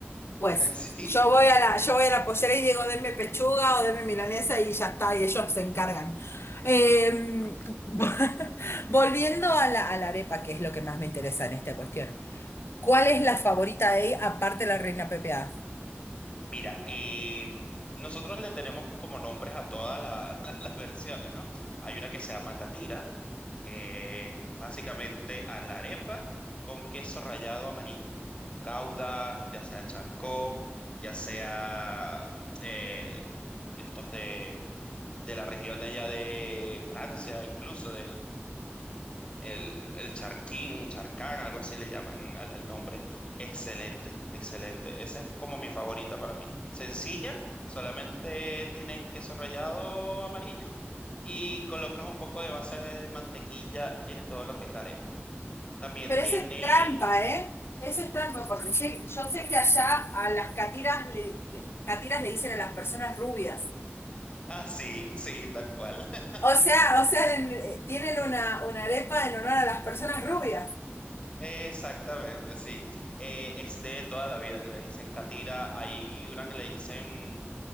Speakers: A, on the left; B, on the left.
A: Pues
B: <laughs> Sí.
A: yo voy a la, yo voy a la pollera y digo, denme pechuga o denme milanesa y ya está, y ellos se encargan. Eh, <laughs> volviendo a la, a la arepa, que es lo que más me interesa en esta cuestión. ¿Cuál es la favorita de ahí aparte de la reina pepeada?
B: Mira, eh, nosotros le tenemos como nombres a todas la- <laughs> las versiones, ¿no? Hay una que se llama catira, que es básicamente a la arepa con queso rallado amarillo. Gouda, ya sea chancó, ya sea mm, eh, estos de, de la región de allá de Francia, incluso el, el charquín, charcán, algo así le llaman al, al nombre. Excelente, excelente. Esa es como mi favorita para mí. Sencilla, solamente tienes queso rallado amarillo y colocas un poco de base de mantequilla en todo lo que es la arepa. También
A: Pero
B: tiene...
A: eso es trampa,
B: <laughs>
A: ¿eh? Eso es trampa, porque sí, yo sé que allá a las catiras le, le- catiras le dicen a las personas rubias.
B: Ah, sí, sí, tal cual. <laughs>
A: O sea, o sea, en- eh, tienen una, una arepa en honor a las personas rubias.
B: Exactamente, sí. Eh, es de toda la vida que le dicen catira. Hay una que le dicen